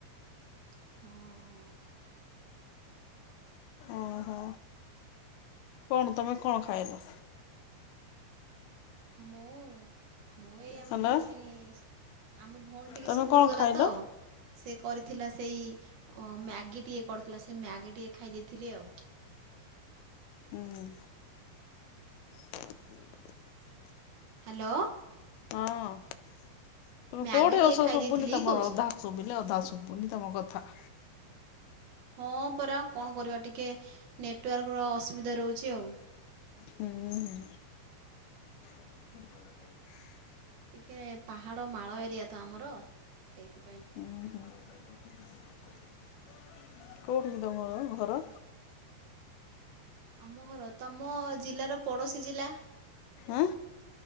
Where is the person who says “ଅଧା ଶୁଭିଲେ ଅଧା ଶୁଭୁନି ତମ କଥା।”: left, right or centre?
Left